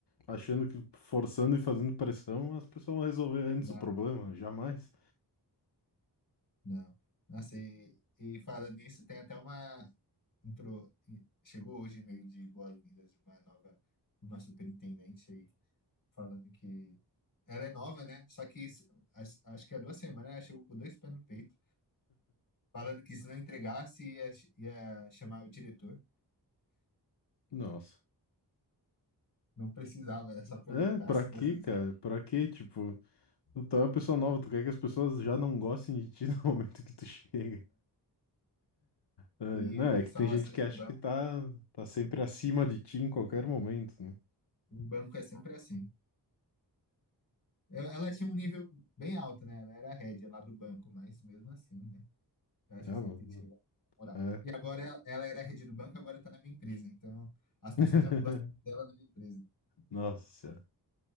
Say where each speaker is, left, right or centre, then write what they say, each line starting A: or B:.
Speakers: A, on the left (about 75°); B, on the left (about 50°).
A: achando que forçando e fazendo pressão, as pessoas vão resolver antes
B: Não,
A: o problema. Jamais.
B: não. Nossa, e, e falando nisso, tem até uma entrou, chegou hoje meio de boas-vindas de uma nova, uma superintendente aí, falando que ela é nova, né? Só que isso- as- acho que há duas semanas né? ela chegou com dois pés no peito, falando que se não entregasse ia, ia chamar o diretor.
A: Nossa.
B: Não precisava, era só perguntar
A: É, pra
B: se
A: quê,
B: conseguia.
A: cara? Pra quê, tipo? Tu é uma pessoa nova, tu quer que as pessoas já não gostem de ti <laughs> no momento que tu chega. É,
B: E
A: não,
B: o pessoal
A: é que tem gente
B: assim,
A: que
B: em
A: acha
B: banco,
A: que tá, tá sempre acima de ti em qualquer momento, né?
B: em banco é sempre assim. Eu- Ela tinha um nível bem alto, né? Ela era head lá do banco, mas mesmo assim, né? Eu acho
A: Ah,
B: que você
A: mano,
B: tem que chegar na moral.
A: É.
B: E agora ela, ela era head do banco, agora está na minha empresa. Então, as pessoas
A: <laughs>
B: já não gostam dela na minha empresa.
A: Nossa, Senhora.